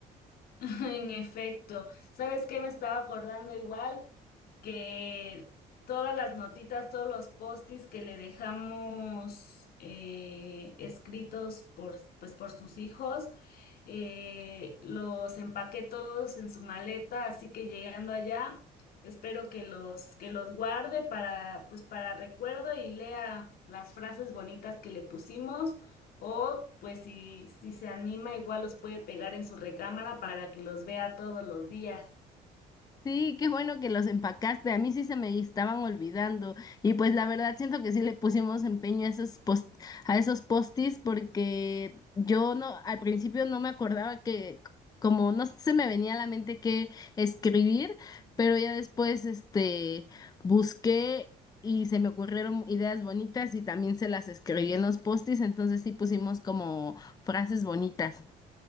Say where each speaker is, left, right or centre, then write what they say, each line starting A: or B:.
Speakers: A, on the left (about 65°); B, on the left (about 20°).
A: <laughs> En efecto, ¿sabes qué? Me estaba acordando igual. que todas las notitas, todos los postis que le dejamos eh, escritos por, pues, por sus hijos, eh, los empaqué todos en su maleta, así que llegando allá, espero que los, que los guarde para, pues, para recuerdo y lea las frases bonitas que le pusimos. O pues si, si se anima, igual los puede pegar en su recámara para que los vea todos los días.
B: Sí, qué bueno que los empacaste. A mí sí se me estaban olvidando. Y pues la verdad siento que sí le pusimos empeño a esos post a esos postis porque yo no al principio no me acordaba que como no se me venía a la mente qué escribir, pero ya después este busqué y se me ocurrieron ideas bonitas y también se las escribí en los postis, entonces sí pusimos como frases bonitas.